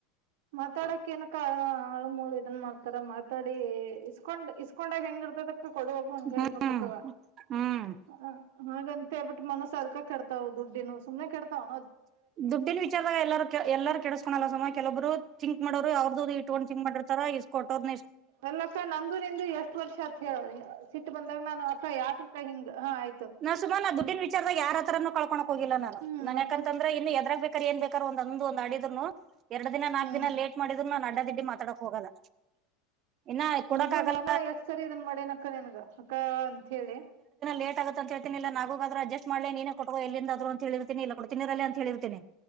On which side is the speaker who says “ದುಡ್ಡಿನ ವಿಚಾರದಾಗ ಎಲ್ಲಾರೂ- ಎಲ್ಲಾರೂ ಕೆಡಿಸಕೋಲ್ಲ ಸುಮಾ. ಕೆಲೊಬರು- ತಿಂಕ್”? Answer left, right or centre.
Right